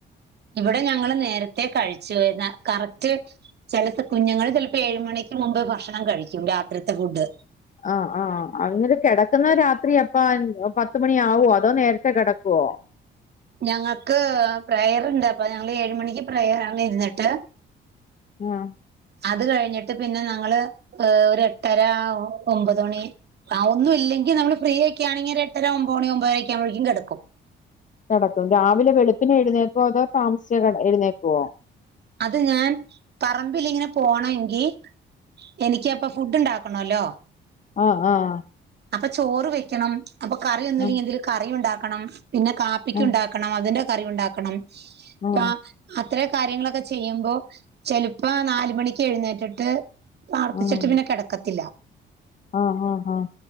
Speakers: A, on the right; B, on the left.
A: ഇവിടെ ഞങ്ങള് നേരത്തെ കഴിച്ചു എന്ന കറക്റ്റ്. ചെലത്ത് കുഞ്ഞുങ്ങള് ചെൽപ്പോ ഏഴ് മണിക്ക് മുമ്പ് ഭക്ഷണം കഴിക്കും രാത്രിത്തെ ഫുഡ്.
B: ആഹ് ആഹ് അങ്ങനെ കിടക്കുന്ന രാത്രി അപ്പ പത്ത് മണിയാവോ അതോ നേരത്തെ കെടക്കുവോ
A: ഞങ്ങൾക്ക് പ്രയറ്ണ്ട് അപ്പ ഞങ്ങള് ഏഴ് മണിക്ക് പ്രയർ ആണ് ഇരുന്നിട്ട്
B: ആഹ്
A: അത് കഴിഞ്ഞിട്ട് പിന്നെ ഞങ്ങള് ഏഹ് ഒരു എട്ടര ഒമ്പത് മണി ആഹ് ഒന്നും ഇല്ലെങ്കി നമ്മള് ഫ്രീ ഒക്കെ ആണെങ്കിൽ എട്ടര ഒമ്പത് മണി ഒമ്പരക്ക ആവുമ്പേക്കും കെടക്കും
B: കെടക്കും രാവിലെ വെളുപ്പിന് എഴുന്നേക്കോ അതോ താമസിച്ച എഴുന്നേക്കോ
A: അത് ഞാൻ പറമ്പിൽ ഇങ്ങനെ പോണെങ്കി എനിക്ക് അപ്പ ഫുഡ് ഉണ്ടാ ക്കണല്ലോ
B: ആഹ് ആഹ്
A: അപ്പൊ ചോറ് വെക്കണം അപ്പൊ കറി
B: ആഹ്
A: ഒന്നുല്ലെങ്കി എന്തേലും കറി ഉണ്ടാക്കണം പിന്നെ കാപ്പിക്ക്
B: ആഹ്
A: ഉണ്ടാ ക്കണം അതിന്റെ കറി ഉണ്ടാക്കണം.
B: ആഹ്
A: രാ അത്രേ കാര്യങ്ങളൊക്കെ ചെയ്യുമ്പോ ചെല്പ്പോ നാല് മണിക്ക് എഴുന്നേറ്റിട്ട് പ്രാർത്ഥിച്ചിട്ട്
B: ആഹ്
A: പിന്നെ കിടക്കത്തില്ല
B: ആഹ് ആഹ് ആഹ്